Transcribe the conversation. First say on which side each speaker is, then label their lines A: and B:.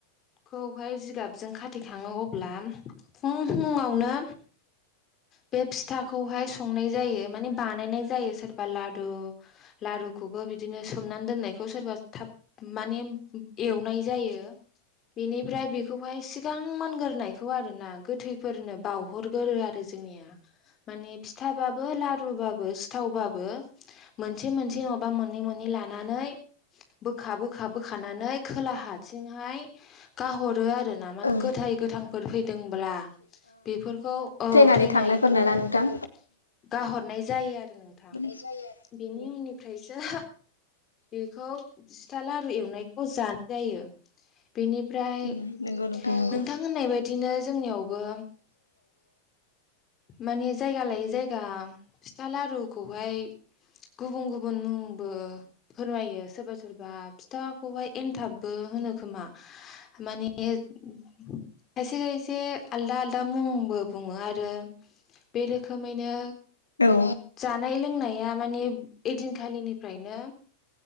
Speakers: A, on the left; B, on the left.
A: खौहाय जिगाबजों खाथेखाङो अब्ला फुं फुङावनो बे फिथाखौहाय संनाय जायो मान बानायनाय जायो सोरबा लारु लु खौबो बिदिनो सोमनानै दोननायखौ सोरबा थाब माने एवनाय जायो बेनिफ्राय बेखौहाय सिगां मोनग्रोनायखौ आरो ना गोथैफोरनो बावहरगोरो आरो जोंनिया माने फिथाबाबो लारुुबाबो सिथावबाबो मोनसे मोनसे
B: औ नोंथां
A: नङाबा मोननै मोनन नानै ल ब ब बोखारनानै खोला हथिंहाय गाहरो आरो ना माने
B: औ
A: गोथ गोथांफोर फैदोंब्ला बेफोरखौ औ
B: नानै
A: थैनाय
B: थांनायफोरनो
A: दं
B: ना नोंथां
A: गाहरनाय जायो आरो नोंथां
B: मोननाय आरो
A: बेनि उननिफ्रायसो बेखौ सिथा लारु एवनायखौ जानाय जायो बेनिफ्राय
B: उम
A: नोंथां
B: नंगौ नंगौ
A: होननाय बायदिनो जोंनियावबो माने जायगा लायै जायगा फिथा लारुखौहाय गुबुन गुबुन मुंबो फोरमायो सोरबा सोरबा फिथाखौहाय एनथाबबो होनो खोमा माने खायसे खायसे आलदा आलदा मुंबो बुङो आरो बे रोखोमैनो
B: औ
A: जानाय लोंनाया मानि ओइदिनखालिनिफ्रायनो